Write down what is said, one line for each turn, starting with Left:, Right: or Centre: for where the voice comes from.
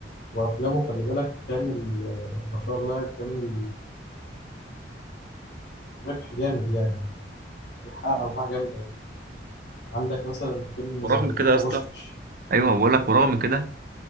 Left: وأفلامه خلي بالك بتعمل آه، ما شاء الله بتعمل ربح جامد يعني بيحقق أرباح جامدة عندك مثلا فيلم
Right: ورغم
Left: زي
Right: كده
Left: فيلم
Right: يا اسطى
Left: بوشكاش
Right: ايوه بقول لك ورغم كده